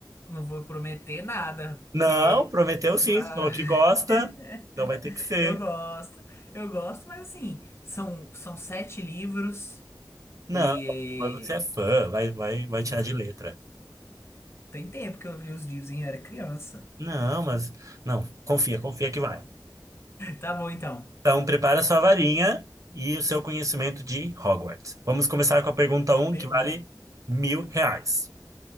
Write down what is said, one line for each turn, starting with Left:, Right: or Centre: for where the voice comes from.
Left: não vou prometer nada, porque.
Right: Não, prometeu sim,
Left: ah,
Right: você falou que
Left: <laughs>
Right: gosta, então vai ter que ser.
Left: Eu gosto, eu gosto, mas assim, são, são sete livros
Right: Não,
Left: e.
Right: mas você é fã, vai, vai, vai
Left: hum,
Right: tirar de letra.
Left: tem tempo que eu li os livros, hein? Eu era criança.
Right: Não, mas não, confia, confia que vai.
Left: Tá bom, então.
Right: Então, prepara sua varinha e o seu conhecimento de Hogwarts. Vamos começar com a pergunta
Left: Beleza.
Right: um que vale mil reais.